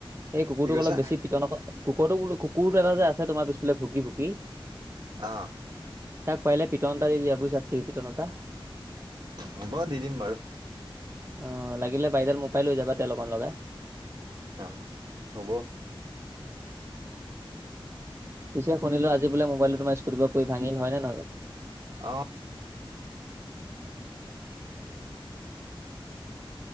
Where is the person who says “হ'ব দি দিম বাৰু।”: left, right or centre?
Right